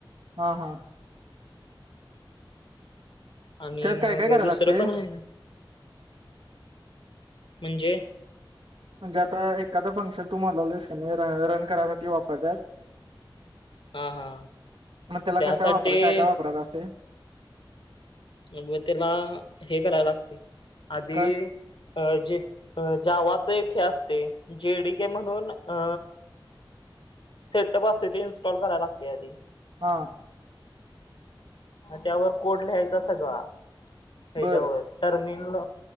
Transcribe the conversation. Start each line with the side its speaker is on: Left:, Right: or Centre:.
Right: हा, हा
Left: आणि
Right: त्यात काय
Left: मग,
Right: काय करायला
Left: दुसरं
Right: लागते
Left: पण आहे म्हणजे
Right: म्हणजे, आता एखादा फंक्शन तुम्हाला लय रन करायसाठी वापरतात
Left: हा हा
Right: मग त्याला
Left: त्यासाठी
Right: कशा वापरा, काय काय वापरायात असते
Left: मग त्याला, हे कराला लागते आधी
Right: काय
Left: अ जे अ जावाचे एक हे असते, जेडी केे म्हणून अ सेटअप असतते, ते इनस्टॉल कराय लागते आधी
Right: हा.
Left: त्यावर कोड लिहायचा सगळा, हच्यावर
Right: बर
Left: टर्मिनल